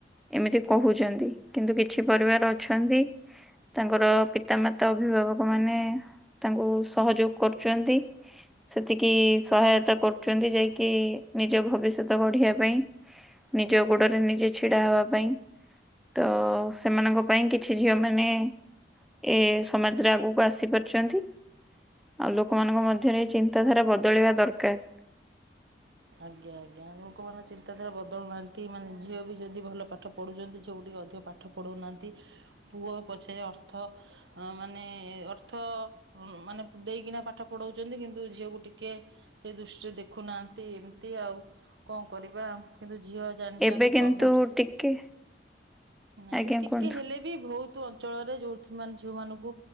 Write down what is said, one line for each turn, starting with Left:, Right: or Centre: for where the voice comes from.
Centre: ଏମିତି କହୁଛନ୍ତି କିନ୍ତୁ କିଛି ପରିବାର ଅଛନ୍ତି। ତାଙ୍କର ପିତାମାତା ଅଭିଭାବକ ମାନେ ତାଙ୍କୁ ସହଯୋଗ କରୁଛନ୍ତି। ସେତିକି ସହାୟତା କରୁଛନ୍ତି ଯାଇକି ନିଜ ଭବିଷ୍ୟତ ବଢିବା ପାଇଁ ନିଜ ଗୋଡରେ ନିଜେ ଛିଡା ହବା ପାଇଁ ତ ସେମାନଙ୍କ ପାଇଁ କିଛି ଝିଅ ମାନେ ଏ ସମାଜରେ ଆଗକୁ ଆସିପାରୁଛନ୍ତି। ଆଉ ଲୋକମାନଙ୍କ ମଧ୍ୟରେ ଏଇ ଚିନ୍ତାଧାରା ବଦଳିବା ଦରକାର।
Right: ଆଜ୍ଞା ଆଜ୍ଞା ଲୋକମାନେ ଚିନ୍ତାଧାରା ବଦଳୁନାହାନ୍ତି ମାନେ ଝିଅ ବି ଯଦି ଭଲ ପାଠ ପଢୁଛନ୍ତି ଝିଅ ଟିକେ ଅଧିକ ପାଠ ପଢ଼ୁନାହାନ୍ତି ପୁଅ ପଛରେ ଅର୍ଥ ମାନେ ଅର୍ଥ ମାନେ ଦେଇକିନା ପାଠ ପଢ଼ାଉଛନ୍ତି କିନ୍ତୁ ଝିଅକୁ ଟିକେ ସେ ଦୃଷ୍ଟିରେ ଦେଖୁନାହାନ୍ତି। ଏତି ଏମିତି ଆଉ କଣ କରିବା। କିନ୍ତୁ ଝିଅ ଜାଣିଛନ୍ତି
Centre: ଏବେ କିନ୍ତୁ
Right: ସବୁଠ
Centre: ଟିକେ
Right: ନାଇଁ
Centre: ଆଜ୍ଞା
Right: ଟିକେ
Centre: କୁହନ୍ତୁ
Right: ହେଲେ ବି ବହୁତ ଅଞ୍ଚଳରେ ଯୋଉଥି ଯୋଉ ମାନେ ଝଉମାନଙ୍କୁ